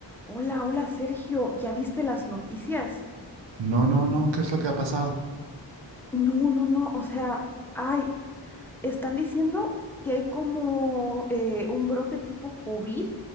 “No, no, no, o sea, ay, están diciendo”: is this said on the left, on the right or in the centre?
Centre